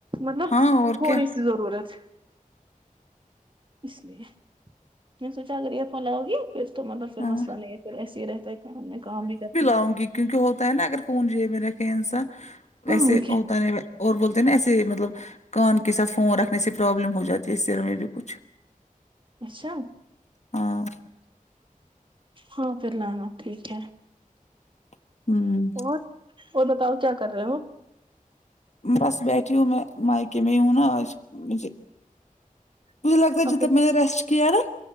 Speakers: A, on the right; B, on the left.
A: مطلب
B: ہاں
A: تھوڑی
B: اور کیا
A: سی ضرورت اس لیے میں نے سوچا اگر ایئر فون لاؤ گی پھر تو مطلب پھر
B: ہاں
A: مسئلہ نہیں ہے پھر ایسے ہی رہتا ہے کام میں کام بھی کرتا
B: اؤگی کیونکہ ہوتا ہے نا اگر فون جب میں رکھے انسان
A: ہاں
B: ویسے
A: اور کیا
B: ہوتا نہیں اور بولتے ہیں نا ایسے مطلب کان کے ساتھ فون رکھنے سے پرابلم ہو جاتی ہے سر میں بھی کچھ
A: اچھا
B: ہاں
A: ہاں پھر لانا ٹھیک ہے
B: ہوں
A: اور اور بتاؤ کیا کر رہے ہو
B: بس بیٹھی ہوں میں مائکے میں ہی ہوں نا آج مجھے مجھے لگتا ہے
A: آپ
B: جب
A: کو
B: تک میں نے ریسٹ کیا نا